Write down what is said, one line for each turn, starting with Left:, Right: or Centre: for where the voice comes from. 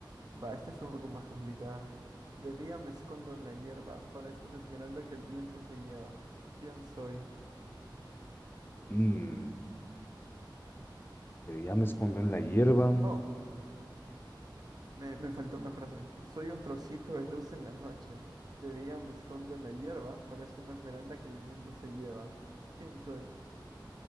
Right: Va, esta es un poco más complicada. De día me escondo en la hierba, parezco una esmeralda que el viento se lleva. ¿Quién soy?
Left: Mm, de día me escondo en la hierba.
Right: Oh, me, me faltó una frase. Soy un trocito de luz en la noche. De día me escondo en la hierba, parezco una esmeralda que el viento se lleva. ¿Quién soy?